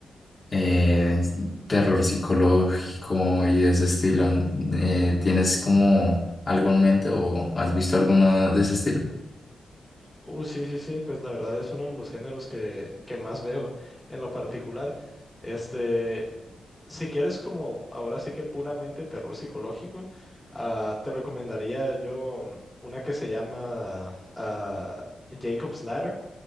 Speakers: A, on the left; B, in the centre.
A: eh, terror psicológico y de ese estilo. Eh, ¿tienes como algo en mente o has visto alguna de ese estilo?
B: Uh, sí, sí, sí, pues la verdad es uno de los géneros que, que más veo en lo particular. Este, Si quieres como ahora sí que puramente terror psicológico, ah, te recomendaría yo mm, una que se llama ah, Jacob's Ladder.